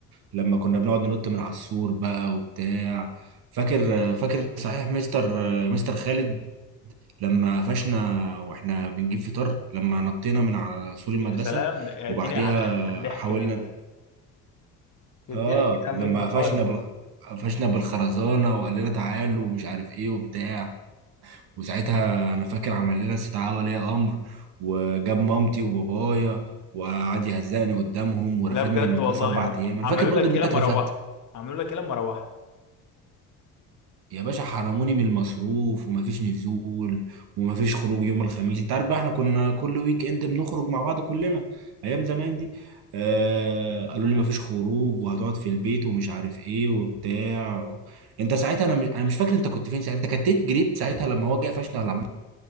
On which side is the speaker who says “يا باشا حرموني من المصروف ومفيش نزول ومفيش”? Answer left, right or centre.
Right